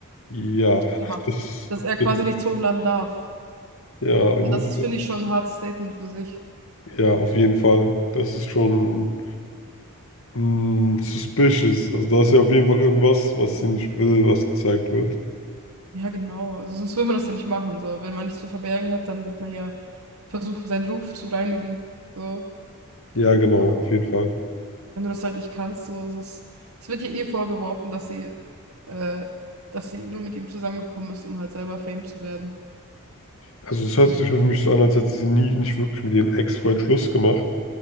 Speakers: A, on the left; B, on the right.
A: Ja,
B: gemacht,
A: <laughs> das,
B: dass er quasi
A: das,
B: nichts hochladen darf.
A: ja, gut.
B: Und das ist, finde ich, schon ein hartes Statement für sich.
A: Ja, auf jeden Fall. Das ist schon. Mm, suspicious. Also da ist ja auf jeden Fall irgendwas, was sie nicht will, was gezeigt wird.
B: Ja, genau. Also sonst will man das ja nicht machen. So, wenn man nichts zu verbergen hat, dann wird man ja versuchen, seinen Ruf zu reinigen. So.
A: Ja, genau,
B: Aber
A: auf jeden Fall.
B: wenn du das halt nicht kannst, so, es ist, es wird ihr eh vorgeworfen, dass sie, äh, dass sie nur mit ihm zusammengekommen ist, um halt selber Fame zu werden.
A: Also es hört
B: So.
A: sich für mich so an, als hätte sie nie nicht wirklich mit ihrem Ex-Freund Schluss gemacht,